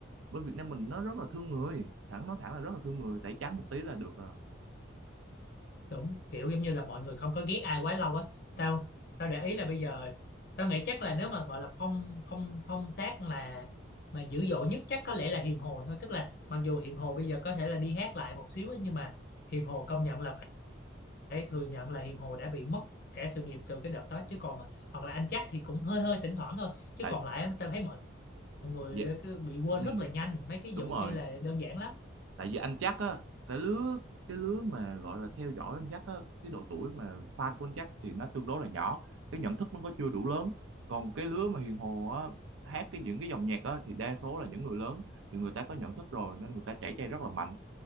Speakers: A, on the right (about 85°); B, on the left (about 50°).
A: bên Việt Nam mình nó rất là thương người thẳng nói thẳng là rất là thương người tẩy trắng một tí là được à
B: đúng kiểu giống như là mọi người không có ghét ai quá lâu á tao tao để ý là bây giờ tao nghĩ chắc là nếu mà gọi là phong phong phong sát là mà dữ dội nhất chắc có lẽ là Hiền Hồ thôi tức là mặc dù Hiền Hồ bây giờ có thể là đi hát lại một xíu á nhưng mà Hiền Hồ công nhận là phải thừa nhận là Hiền Hồ đã bị mất cả sự nghiệp từ cái đợt đó chứ còn mà hoặc là anh chắc thì cũng hơi hơi thỉnh thoảng thôi chứ
A: tại
B: còn lại tao thấy mọi người
A: dạ
B: cứ bị quên
A: ừ,
B: rất là nhanh mấy cái
A: đúng
B: vụ
A: rồi
B: kia là đơn giản lắm
A: tại vì anh chắc á cái lứa cái lứa mà gọi là theo dõi anh chắc á cái độ tuổi mà fan của anh chắc thì nó tương đối là nhỏ cái nhận thức nó có chưa đủ lớn còn cái lứa mà Hiền Hồ á hát cái những cái dòng nhạc á thì đa số là những người lớn thì người ta có nhận thức rồi nên người ta chảy chay rất là mạnh